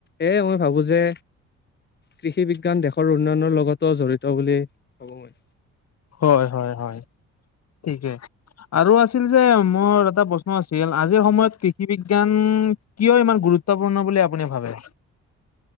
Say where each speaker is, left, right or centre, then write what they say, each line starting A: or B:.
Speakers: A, on the left (about 35°); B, on the left (about 55°).
A: এয়াই মই ভাবো যে কৃষি বিজ্ঞান দেশৰ উন্নয়নৰ লগতো জড়িত বুলি ভাবো মই।
B: হয় হয় হয় ঠিকেই। আৰু আছিল যে মোৰ এটা প্ৰশ্ন আছিল আজিৰ সময়ত কৃষি বিজ্ঞান কিয় ইমান গুৰুত্ব গুৰুত্বপূৰ্ণ বুলি আপুনি ভাবে?